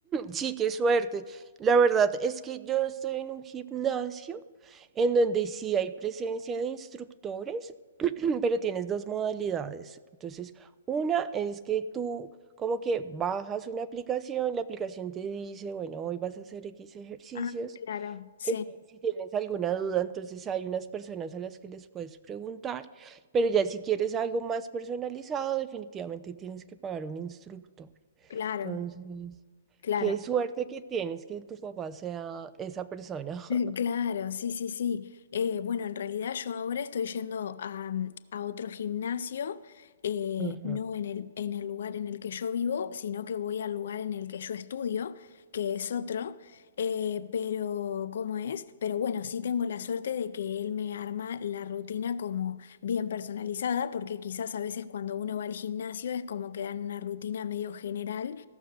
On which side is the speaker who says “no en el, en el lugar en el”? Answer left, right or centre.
Left